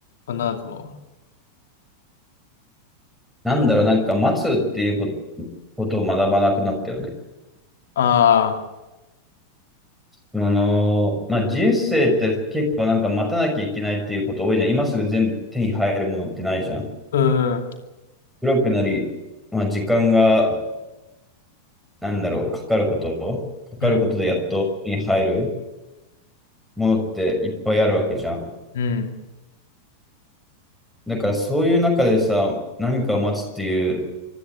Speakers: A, on the left (about 60°); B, in the centre.
A: 何だと思う
B: なんだろう、なんか待つっていうことことを学ばなくなったよね。
A: あ
B: その、まあ、人生って結構なんか待たなきゃいけないっていうこと多いじゃん。今すぐ全部手に入るものってないじゃん。
A: あー、うん、
B: 黒くなり、まあ、時間が、なんだろう、かかること、かかることでやっと手に入る
A: うん、
B: ものっていっぱいあるわけじゃん。
A: うん。
B: だからそういう中でさ、何かを待つっていう、